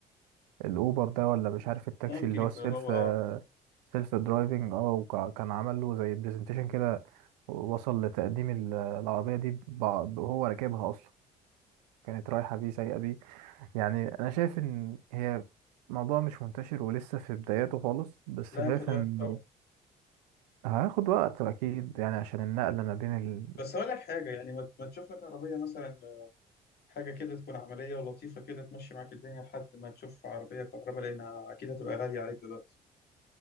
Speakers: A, on the right; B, on the left.
A: الاوبر ده ولا مش عارف التاكسي
B: ممكن
A: اللي
B: يكون
A: هو السيلف
B: هو اه
A: سيلف درايفنج اه وكان عمل له زي برزنتيشن كده وصل لتقديم ال- العربية دي بع- وهو راكبها أصلا كانت رايحة بيه سايقة بيه يعني أنا شايف إن هي موضوع مش منتشر ولسه في بداياته خالص بس
B: لا
A: شايف
B: ياخد وقت
A: إنه
B: طبعا
A: هياخد وقت أكيد يعني عشان النقلة ما بين ال...
B: بس اقول لك حاجه يعني ما ما تشوف لك عربيه مثلا حاجه كده تكون عمليه ولطيفه كده تمشي معاك الدنيا لحد ما تشوف عربيه كهرباء لانها اكيد هتبقى غاليه عليك دلوقتي